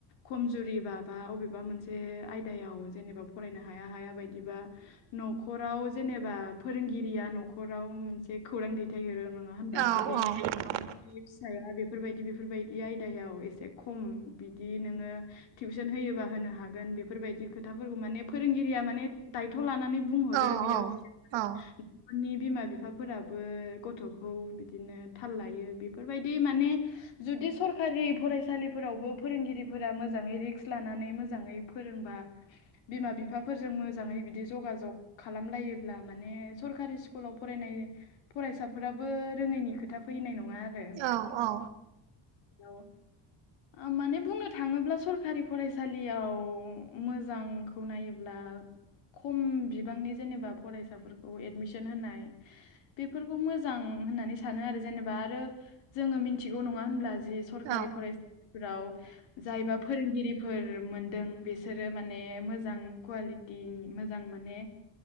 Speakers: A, on the left; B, on the right.
A: खमजुरिबा बा अबेबा मोनसे आयदायाव जेनेबा फरायनो हाया हाया बायदिबा न'खराव जेनेबा फोरोंगिरिया न'खराव मोनसे खौरां दैथायहरो नंङा मा होनबा
B: औ
A: बिदि
B: औ नंगौ
A: फिसाया बेफोरबायदि बेफोरबायदि आ बिदायाव एसे खम बिदि नोंङो टिउसन होयोबा होनो हागोन बेफोरबायदि खोथाफोरखौ माने फोरोंगिरिया माने दायथ' लानानै बुंहरो
B: औ
A: बेयाव
B: औ
A: नखरनि बिमा बिफाफोराबो गथ'खौ बिदिनो थाल लायो बेफोरबायदि माने जुदि सर सरकारि फरायसालिफोरावबो फोरोंगिरिफोरा मोजाङै रिक्स लानानै मोजाङै फोरोंबा बिमा बिफाफोरजों मोजांङै बिदि जगाजग खालामलायोब्ला माने सरकारि स्कुलाव फरायनाय फरायसाफोराबो रोङैनि खोथा फैनाय नंङा आरो
B: औ औ
A: औ माने बुंनो थाङोब्ला सरखारि फरायसालियाव मोजां खौ नायोब्ला खम बिबांनि जेनेबा फरायसाफोरखौ एडमिसन होनाय बेफोरखौ मोजां होननानै सानो आरो जेनेबा आरो जोंङो मिथिगौ नंङा होनब्ला जि सरखारि
B: औ
A: फरायसालिफोराव जायबा फोरोंगिरिफोर मोनदों बिसोरो माने मोजां कुवालिटि मोजां माने